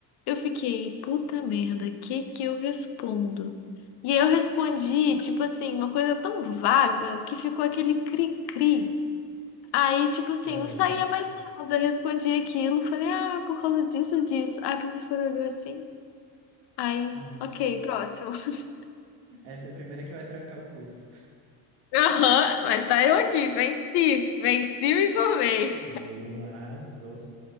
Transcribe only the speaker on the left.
eu fiquei, puta merda, que que eu respondo? E aí eu respondi, tipo assim, uma coisa tão vaga que ficou aquele cri-cri. Aí, tipo assim,
não saía mais nada. Eu respondi aquilo, falei, ah, por causa disso, disso. Aí a professora olhou assim. Aí,
ok, próximo. <laughs>
Aham, mas tá eu aqui, venci, venci, e me formei.